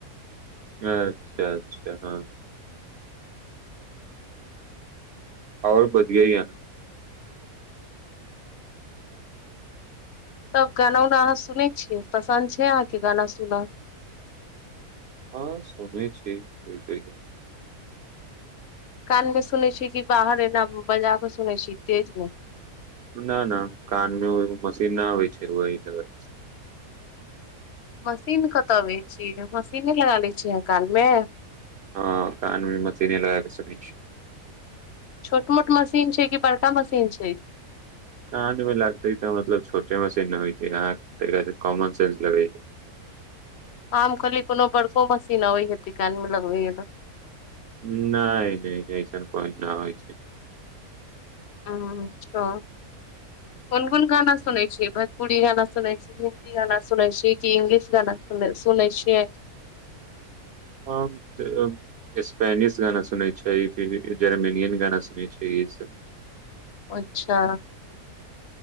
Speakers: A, on the right; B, on the left.
A: अच्छा अच्छा, हँ। आओर बढ़िआ या।
B: तब गाना उना अहाँ सुनै छियै पसन्द छै अहाँके गाना सुन।
A: हँ सुनय छि कोइ कोइ ग
B: कान मे सुनै छी कि बाहर एना बजा कऽ सुनै छी तेज मे।
A: न न, कानमे ओ मशीन न होइ छै वोही लगा स
B: मशीन कतऽ अबै छी मशीने लगा लै छीयै अहाँ कान मे।
A: हँ कानमे मशीने लगा कऽ सुनाय छी।
B: छोट मोट मशीन छै की बड़का मशीन छै।
A: कानमे लागतै तऽ मतलब छोटे मशीन होइ छै आहाँ एकरति कॉमनसेंस लगैयो।
B: हम कहलियै कोनो बड़को मशीन अबै हेतै कान मे लगबै बला।
A: नय नय नय ऐसन कोइ ना होइ छै।
B: ह तऽ कोन कोन गाना सुनै छियै भजपुरी गाना सुनै छी। हिन्दी गाना सुनै छि, कि इंग्लिश गाना सु सुनै छियै।
A: <inaudible> स्पेनिश गाना सुनै छै फिर जर्मनियन गाना सुनै छै इ सब।
B: अच्छा।